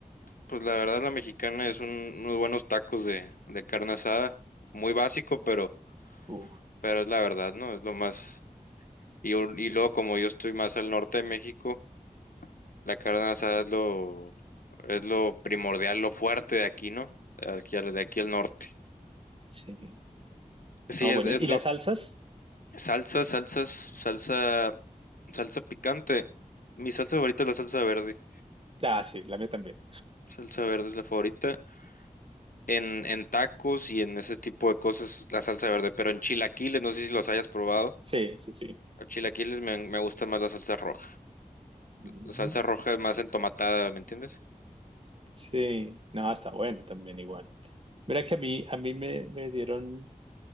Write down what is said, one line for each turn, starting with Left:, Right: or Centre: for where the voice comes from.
Left: Pues la verdad la mexicana es un- unos buenos tacos de, de carne asada, muy básico, pero
Right: Uf,
Left: pero es la verdad, ¿no? Es lo más y, un- y luego como yo estoy más al norte de México La carne asada es lo, es lo primordial, lo fuerte de aquí, ¿no? De aquí al, de aquí al norte.
Right: sí.
Left: Sí,
Right: No,
Left: es,
Right: bueno,
Left: es
Right: ¿y, y
Left: lo.
Right: las salsas?
Left: Salsa, salsas, salsa, salsa picante. Mi salsa favorita es la salsa verde.
Right: Ah, sí, la mía también.
Left: Salsa verde es la favorita. En, en tacos y en ese tipo de cosas, la salsa verde. Pero en chilaquiles, no sé si los hayas probado.
Right: Sí, sí, sí.
Left: En chilaquiles me, me gusta más la salsa roja.
Right: Ujú.
Left: La salsa roja es más entomatada, ¿me entiendes?
Right: Sí, no, está bueno también igual. Mira que a mí, a mí me, me dieron,